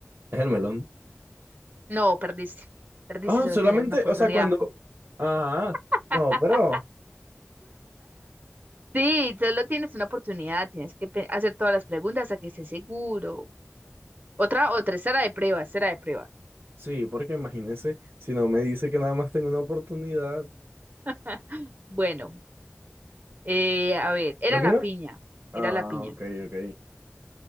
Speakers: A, on the right; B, on the right.
A: Es el melón.
B: No, perdiste. Perdiste,
A: Ah,
B: solo
A: solamente,
B: tenías una oportunidad.
A: o sea, cuando... Ah,
B: <laughs>
A: no, pero...
B: Sí, solo tienes una oportunidad, tienes que pe- hacer todas las preguntas hasta que estés seguro. Otra, otra, será de prueba, será de prueba.
A: Sí, porque imagínese, si no me dice que nada más tengo una oportunidad.
B: <laughs> Bueno, eh, a ver, era
A: ¿Lo mira?
B: la piña,
A: Ah,
B: era la piña.
A: ok, ok.